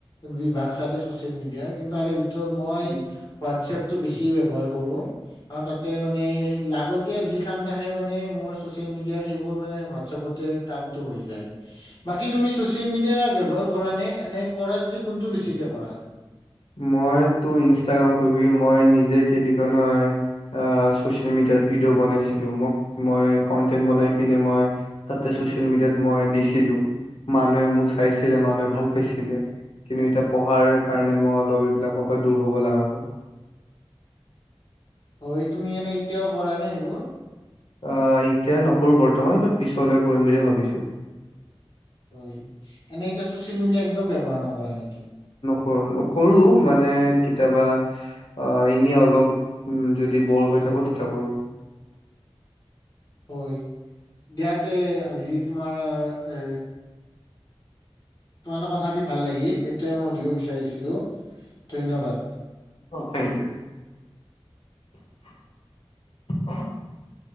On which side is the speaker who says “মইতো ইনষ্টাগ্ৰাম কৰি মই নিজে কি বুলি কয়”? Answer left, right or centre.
Left